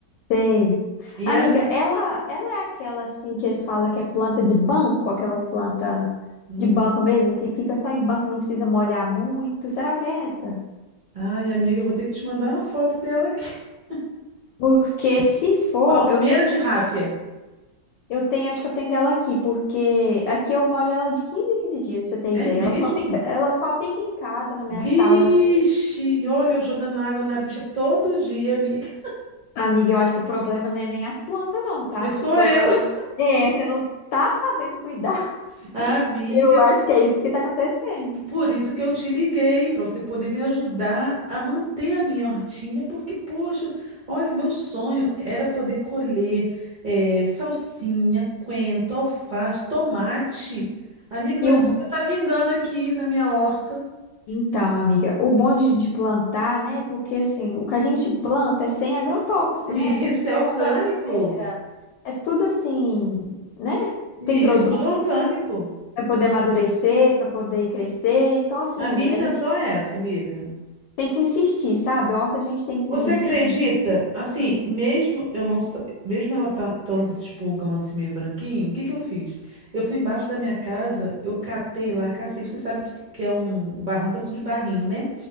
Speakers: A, on the left; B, on the right.
A: sei.
B: E
A: Amiga,
B: as...
A: ela, ela é aquela assim que eles falam que é planta de banco, aquelas plantas
B: Hum.
A: de banco mesmo, que fica só em banco e não precisa molhar muito. Será que é essa?
B: Ai, amiga, eu vou ter que te mandar uma foto dela aqui. <laughs>
A: Porque se for,
B: Palmeira
A: eu tenho
B: de
A: dela
B: ráfia.
A: aqui. Eu tenho, acho que eu tenho dela aqui, porque aqui eu molho ela de 15 em 15 dias, pra você ter
B: É
A: ideia.
B: mesmo?
A: Ela só fica, ela só fica em casa, na minha
B: Vixe,
A: sala aqui.
B: olha eu jogando água na bicha todo dia, amiga.
A: Amiga, eu acho que o problema não é nem as plantas, não, tá?
B: Mas
A: Acho
B: sou
A: que o problema
B: eu.
A: é, você não tá sabendo cuidar. <laughs>
B: <laughs> Amiga,
A: Eu acho que é isso que tá acontecendo.
B: Por isso que eu te liguei, para você poder me ajudar a manter a minha hortinha, porque, poxa, olha, meu sonho era poder colher eh, salsinha, coentro, alface, tomate. Amiga, mas
A: E o
B: nada
A: bo-
B: tá vingando aqui na minha horta.
A: Então, amiga, o bom de, de plantar, né? é Porque assim, o que a gente planta é sem agrotóxico,
B: E
A: né? O que
B: isso
A: a gente
B: é orgânico.
A: compra na feira é tudo assim, né?
B: E
A: Tem produto
B: isso, tudo orgânico.
A: para poder amadurecer, para poder crescer. Então, assim,
B: A minha intenção
A: a gente
B: é essa, amiga.
A: tem que insistir, sabe? A horta a gente tem que
B: Você
A: insistir.
B: acredita? Assim, mesmo eu não, sa- mesmo ela tá estando com esse espulgão assim meio branquinho, o que que eu fiz? Eu fui embaixo da minha casa, eu catei lá, cacei. Você sabe que que é um barranco assim de barrinho, né?